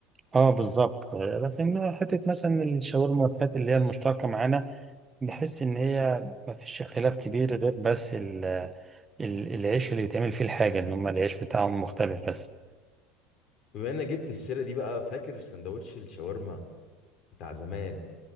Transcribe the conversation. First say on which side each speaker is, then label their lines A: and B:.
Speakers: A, on the right; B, on the left.
A: اه بالظبط لكن حته مثلا الشاورما والفات اللي هي المشتركه معانا بحس ان هي ما فيش اختلاف كبير غير بس ال ال العيش اللي بيتعمل فيه الحاجه ان هم العيش بتاعهم مختلف بس
B: بما إنك جبت السيرة دي بقى فاكر سندوتش الشاورما بتاع زمان